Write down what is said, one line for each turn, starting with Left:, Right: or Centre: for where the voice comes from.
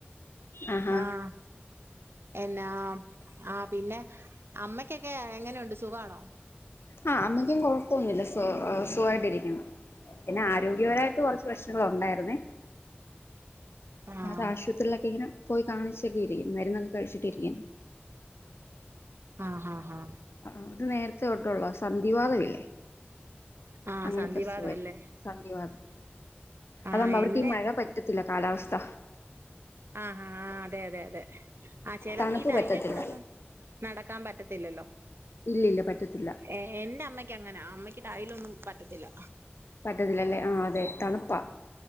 Left: ആഹാ
Right: ആഹ് എന്നാ ആ പിന്നെ അമ്മക്കൊക്കെ എങ്ങനെയുണ്ട് സുഖാണോ
Left: ആഹ് അമ്മയ്ക്കും കൊഴപ്പൊന്നുമില്ല സു സുഖായിട്ടിരിക്കുന്നു പിന്നെ ആരോഗ്യപരമായിട്ട് കുറച്ച് പ്രശ്നങ്ങള ഉണ്ടായിരുന്നേ
Right: ആഹ്
Left: അത് ആശുപത്രിയിലൊക്കെ ഇങ്ങനെ പോയി കാണിച്ചൊക്കെ ഇരിക്കുന്നു മരുന്നൊക്കെ കഴിച്ചിട്ടിരിക്കും
Right: ആഹ് ആഹ ഹഹ
Left: ആ അത് നേരത്തെ തോട്ടുള്ള സന്ധിവാദംല്ലേ
Right: ആഹ്
Left: അങ്ങനത്തെ
Right: സന്ധിവാതം
Left: അസുഖയിരുന്നു
Right: അല്ലേ
Left: സന്ദിവാദം
Right: ആഹ്
Left: അതാവുമ്പോ അവർക്ക്
Right: എന്റെ
Left: ഈ മഴ പറ്റ ത്തില്ല കാലാവസ്ഥ
Right: ആഹ് ആ ഹ്ആഹ് അതെ അതെ അതെ ആഹ് ചിലർക്ക്
Left: തണുപ്പ്
Right: ഇ ടൈലേക്കൂടെ
Left: പറ്റത്തില്ല
Right: ഒന്നും നടക്കാൻ പറ്റത്തില്ലല്ലോ
Left: ഇല്ലില്ല പറ്റത്തില്ല
Right: ഏഹ് എന്റെ അമ്മയ്ക്ക് അങ്ങനെ അമ്മയ്ക്ക്ടൈലൊന്നും പറ്റത്തില്ല
Left: പറ്റതില്ലല്ലേ ആഹ് അതെ തണുപ്പാ